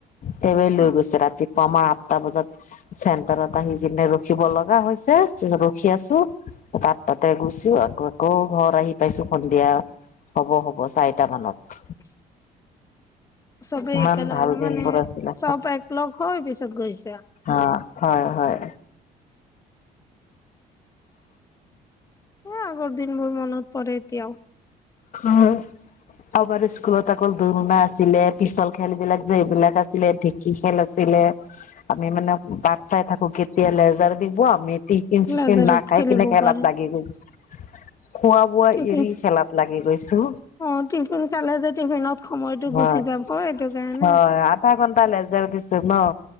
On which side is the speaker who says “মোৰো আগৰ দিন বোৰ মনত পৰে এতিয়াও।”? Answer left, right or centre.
Left